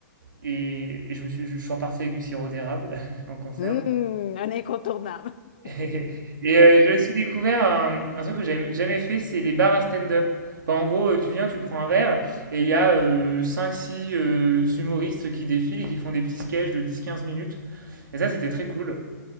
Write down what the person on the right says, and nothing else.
et et je me suis, je suis reparti avec du sirop d'érable <laughs> en conserve.
<laughs> Et euh, j'ai aussi découvert un, un truc que j'avais jamais fait, c'est les bars à stand-up. Enfin, en gros, euh, tu viens, tu prends un verre, et il y a cinq-six humoristes qui défilent et qui font des petits sketchs de dix-quinze minutes. Et ça, c'était très cool.